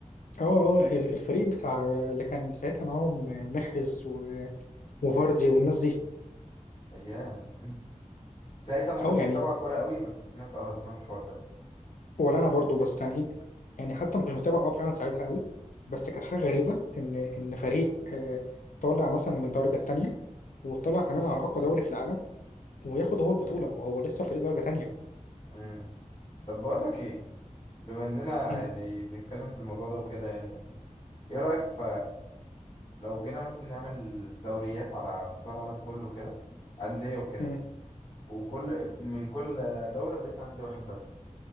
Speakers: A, on the left; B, on the left.
A: هو هو ال- الفريق بتاع اللي كان ساعتها معاهم محرز و- وفاردي والناس دي
B: ايام <clears throat> ساعتها ما
A: اه
B: كنتش
A: يعني
B: متابع الكورة قوي بس سمعت اه سمعت الحوار ده
A: ولا انا برضو بس يعني ايه يعني حتى ما كنتش متابع اه فعلا ساعتها قوي بس كانت حاجه غريبه ان ان فريق آه، طالع مثلا من درجه تانية وطلع كمان على اقوى دوري في العالم وياخد هو البطوله وهو لسه فريق درجه تانية
B: امم طب بقول لك ايه بما اننا
A: امم
B: يعني بنتكلم في الموضوع ده وكده يعني ايه رأيك ف لو جينا مثلا نعمل دوريات على مستوى العالم كله وكده أندية وكده
A: امم
B: وكل من كل دولة بيطلع نادي واحد بس